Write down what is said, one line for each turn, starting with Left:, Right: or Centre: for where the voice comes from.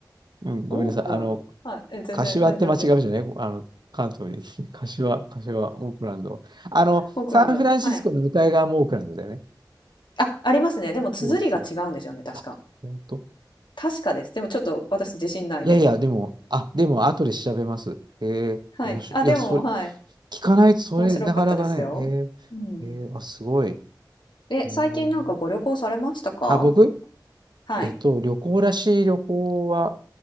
Right: うん、ごめんなさい。
Left: オークランド。
Right: あの、
Left: はい、え、全然大丈夫です。
Right: 柏って間違うじゃないあの、関東に。<laughs> 柏、柏、オークランド。あの、
Left: オークランド、
Right: サンフランシスコの向かい側もオークランドだよね。
Left: はい。あ、ありますね。でも綴りが違うんですよね、
Right: そうそう。
Left: 確か。
Right: あ、本当。
Left: 確かです。でもちょっと私自信ないです。
Right: いやいや、でも、あ、でも、後で調べます。えー、
Left: はい。
Right: 面白い。
Left: あ、
Right: いや、
Left: でも、
Right: それ、
Left: はい。
Right: 聞かないと、それ、
Left: 面白かったですよ。
Right: なかなかね。え
Left: うん。
Right: ー、えー、あ、すごい。
Left: え、
Right: うーん
Left: 最近なんかご旅行されましたか
Right: あ、僕
Left: はい。
Right: えっと、旅行らしい旅行は、